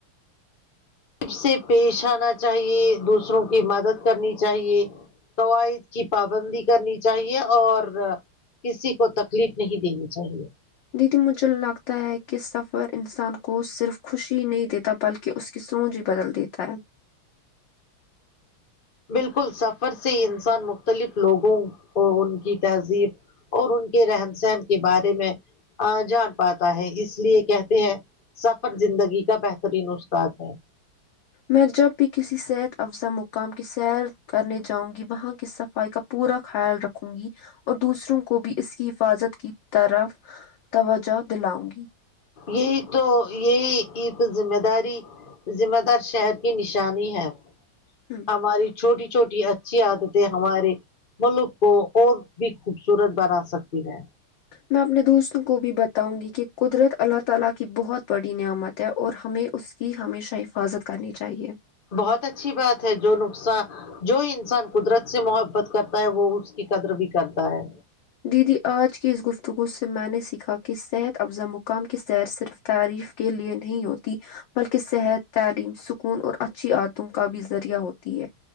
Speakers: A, on the left; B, on the left.
A: سے پیش آنا چاہیے دوسروں کی مدد کرنی چاہیے قوعد کی پابندی کرنی چاہیے اور کسی کو تکلیف نہیں دینی چاہیے
B: دیدی مجھے لگتا ہے کہ سفر انسان کو صرف خوشی ہی نہیں دیتا بلکہ کہ اس کی سوج بھی بدل دیتا ہے
A: بالکل سفر سے انسان مختلف لوگوں کو ان کی تہذیب اور ان کے رہن سہن کے بارے میں ا جان پاتا ہے اس لیے کہتے ہیں سفر زندگی کا بہترین استاد ہے
B: میں جب بھی کسی صحت افزا مقام کی سیر کرنے جاؤں گی وہاں کی صفائی کا پورا خیال رکھوں گی اور دوسروں کو بھی اس کی حفاظت کی طرف توجہ دلاؤں گی
A: یہی تو یہی ایک ذمہ داری ذمہ دار شہر کی نشانی ہے
B: ہوں
A: ہماری چھوٹی چھوٹی اچھی عادتیں ہمارے ملک کو اور بھی خوبصورت بنا سکتی ہے
B: میں اپنے دوستوں کو بھی بتاؤں گی کہ قدرت اللہ تعالی کی بہت بڑی نعمت ہے اور ہمیں اس کی ہمیشہ حفاظت کرنی چاہیے
A: بہت اچھی بات ہے جو نقصان جو انسان قدرت سے محبت کرتا ہے وہ اس کی قدر بھی کرتا ہے
B: دیدی آج کی اس گفتگو سے میں نے سیکھا کہ صحت افزا مقام کی سیر صرف تعریف کے لیے نہیں ہوتی بلکہ صحت تعلیم سکون اور اچھی عادتو کا بھی ذریعہ ہوتی ہے